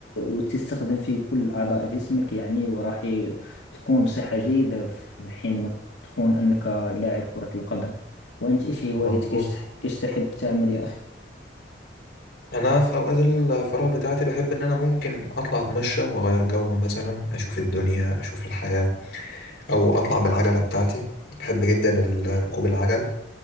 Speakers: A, on the left; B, on the left.
A: وتستخدم فيه كل أعضاء جسمك يعني وراح ي- تكون بصحة جيدة في حين ما تكون أنك لاعب كرة القدم وأنت إيش هوايتك
B: مظبوط
A: إيش تح- إيش تحب تعمل يا أخي؟
B: انا في اوقات الفراغ بتاعتي بحب ان انا ممكن اطلع اتمشى واغير جو مثلا اشوف الدنيا اشوف الحياة او اطلع بالعجلة بتاعتي بحب جدا ال- ركوب العجل